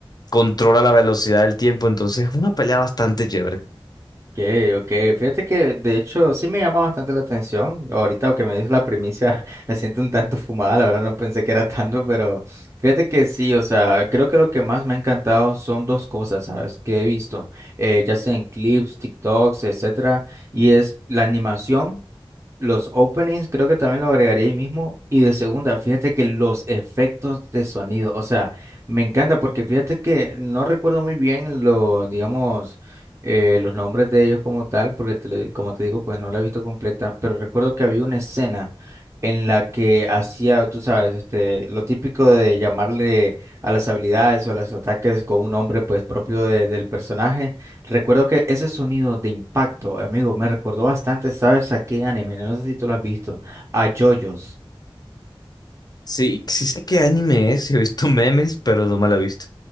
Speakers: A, on the left (about 45°); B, on the right (about 30°).
A: controla la velocidad del tiempo, entonces es una pelea bastante chévere.
B: okay, ok. Fíjate que de hecho sí me llama bastante la atención. Ahorita que me dices la primicia, <laughs> la siento un tanto fumada, la verdad no pensé que era tanto, pero fíjate que sí, o sea, creo que lo que más me ha encantado son dos cosas, ¿sabes? Que he visto, eh, ya sea en clips, TikToks, etcétera, y es la animación. Los openings creo que también lo agregaría ahí mismo. Y de segunda, fíjate que los efectos de sonido, o sea, me encanta porque fíjate que no recuerdo muy bien lo digamos, eh, los nombres de ellos como tal, porque te lo- como te digo, pues no la he visto completa, pero recuerdo que había una escena en la que hacía, tú sabes, este, lo típico de llamarle a las habilidades o a los ataques con un nombre pues propio de- del personaje. Recuerdo que ese sonido de impacto, amigo, me recordó bastante, ¿sabes? A qué anime, no sé si tú lo has visto, a JoJo's.
A: Sí, sí sé qué anime es, <laughs> he visto memes, pero no me la he visto.